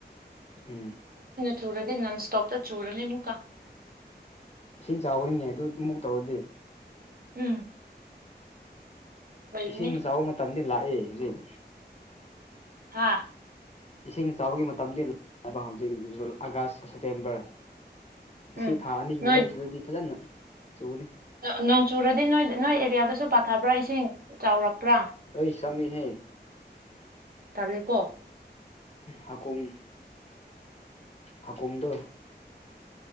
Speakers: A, on the left (about 35°); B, on the right (about 55°).
A: ꯎꯝ
B: ꯆꯨꯔꯗꯤ ꯅꯟ ꯁ꯭ꯇꯣꯞꯇ ꯆꯨꯔꯅꯤ ꯑꯃꯨꯛꯀꯥ
A: ꯏꯁꯤꯡ ꯆꯥꯎꯌꯤꯅꯦ ꯑꯗꯨ ꯑꯃꯨꯛ ꯇꯧꯔꯗꯤ
B: ꯎꯝ ꯑꯣꯏꯔꯅꯤ
A: ꯏꯁꯤꯡ ꯆꯥꯎꯕ ꯃꯇꯝꯗꯤ ꯂꯥꯛꯑꯦ ꯍꯧꯖꯤꯛ
B: ꯍꯥ
A: ꯏꯁꯤꯡ ꯆꯥꯎꯕꯒꯤ ꯃꯇꯝꯗꯤ ꯂ ꯑꯕ ꯍꯧꯖꯤꯛ ꯖꯨꯜ ꯑꯥꯒꯁ ꯁꯦꯞꯇꯦꯝꯕꯔ
B: ꯎꯝ
A: ꯑꯁꯤ ꯊꯥ ꯑꯅꯤꯒꯤ
B: ꯅꯣꯏ
A: ꯃꯅꯨꯡꯁꯤꯗꯗꯤ ꯐꯖꯅ ꯆꯨꯅꯤ
B: ꯅ ꯅꯣꯡ ꯆꯨꯔꯗꯤ ꯅꯣꯏ ꯅꯣꯏ ꯑꯦꯔꯤꯌꯥꯗꯁꯨ ꯄꯥꯊꯕ꯭ꯔꯥ ꯏꯁꯤꯡ ꯆꯥꯎꯔꯛꯄ꯭ꯔꯥ
A: ꯑꯩ ꯆꯪꯉꯦꯍꯦ
B: ꯇꯜꯂꯦꯀꯣ
A: ꯍꯥꯀꯨꯝ ꯍꯥꯀꯨꯝꯗꯣ